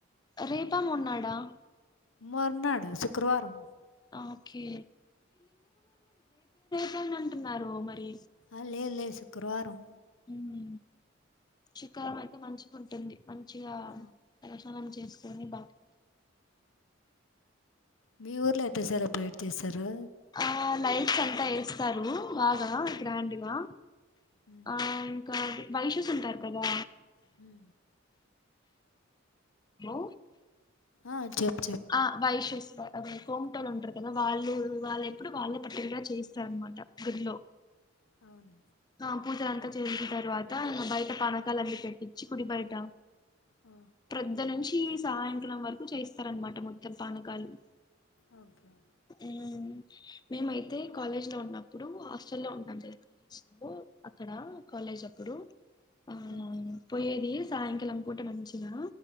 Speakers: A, on the left (about 20°); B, on the left (about 80°).
A: రేపా మర్న్నాడా
B: మర్నాడు శుక్రవారం
A: ఓకే. ని అంటున్నారు మరి
B: అ లే లేద్ శుక్రవారం
A: మ్ హు శుక్రవారం అయితే మంచిగా ఉంటుంది మంచిగా
B: ఆ,
A: తలస్నానం చేసుకొని బాత్
B: మీ ఊర్లో ఎట్ల సెలబ్రేట్ చేస్తారు
A: ఆ లైట్స్ అంతా వేస్తారు బాగా గ్రాండ్గా
B: ఉమ్
A: ఆ ఇంకా వైషూస్ ఉంటారు కదా
B: మ్
A: లో
B: ఆ చేప్
A: ఆ వైషూస్ వ అదే కొంటోళ్ళు ఉంటారు కదా వాళ్ళు వాళ్ళు ఎప్పుడు వాళ్ళే పట్టిల్గ చేయిస్తారనమాట గుడిలో
B: అవున్
A: ఆ పూజల అంతా చేయించిన తర్వాత బయట పానకాలన్నీ పెట్టించి గుడి బయట
B: ఓ
A: ప్రొద్ద నుంచి సాయంత్రం వరకు చేస్తారనమాట మొత్తం పానకాలు
B: ఒకే
A: ఉమ్ మేమైతే కాలేజ్ లో ఉన్నప్పుడు హాస్టల్ లో ఉంటాం <unintelligible> లో అక్కడ కాలేజ్ అప్పుడు అవునవును
B: ఉమ్,
A: పోయ్యేది సాయంకాలం పూట మంచిగా